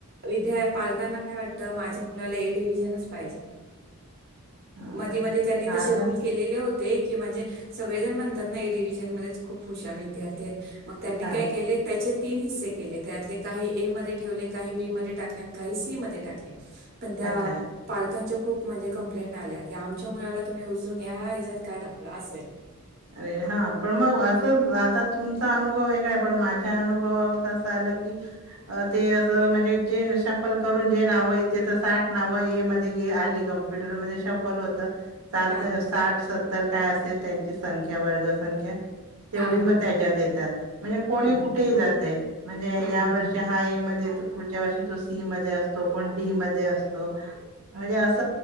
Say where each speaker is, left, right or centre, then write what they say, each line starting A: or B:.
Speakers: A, on the right; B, on the right.
A: विद्या पालकांना काय वाटतं माझ्या मुलाला ए डिव्हजनच पाहिजे.
B: हा
A: मध्ये मध्ये त्यांनी
B: हा
A: तसे
B: आता
A: रूल केलेले होते की म्हणजे. सगळे जण म्हणतात ना ए डिव्हिजन मध्येच खूप हुशार विद्यार्थी आहेत मग त्यांनी
B: हा
A: काय केले त्याचे तीन हिस्से केले त्यातले काही ए मध्ये ठेवले काही बी मध्ये टाकले आणि काही सी मध्ये टाकले. पण त्या
B: अच्छा
A: पालकांच्या खूप म्हणजे कंप्लेंट आल्या की आमच्या मुलाला तुम्ही उचलून या ह्याच्यात का टाकला असंय.
B: अरे हा पण मग असं आता तुमचा अनुभव वेगळा पण माझ्या अनुभवावरून तर चालेल. म्हणजे ते अस म्हणजे जे श्यामल करून जे नाव येतात साठ नाव. आली कम्प्युटर मध्ये श्याम्पल होती सात
A: हां,
B: साठ सत्तर काय असेल त्यांची संख्या वर्गसंख्या? तेवढी
A: हां, हां.
B: मग त्याच्यात येतात म्हणजे कोणी
A: हं, हं.
B: कुठेही जाते म्हणजे
A: हं,
B: या
A: हं,
B: वर्षी
A: हं.
B: हा एमध्ये येतो. पुढच्या वर्षी तो सी मध्ये असतो कोण डी मध्ये असतो म्हणजे कोण ए मध्ये असतो.